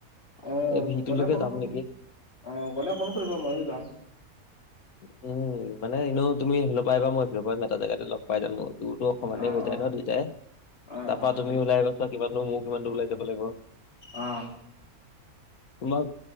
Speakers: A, on the left (about 40°); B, on the left (about 75°).
A: অ',
B: এই ভিটোলৈকে
A: গ'লে ফোন
B: যাম
A: <inaudible>
B: নেকি
A: অ', গ'লে ফোন কৰিব ময়ো যাম
B: <inaudible> উম', মানে এনেও তুমি সেইফালৰ পৰা আহবা মই এইফালৰ পৰা যাম এটা জেগাতে লগ পাই যাম মই দূৰতো সমানেই
A: অ
B: হৈ যায়
A: অ
B: ন দুইটাই,
A: অ
B: তাৰপা
A: অ
B: তুমি
A: তাৰপিছত
B: ওলাই গছা <unintelligible> কিমান দূৰ মোৰ কিমান দূৰ ওলাই যাব লাগিব
A: অ'
B: তোমাৰ,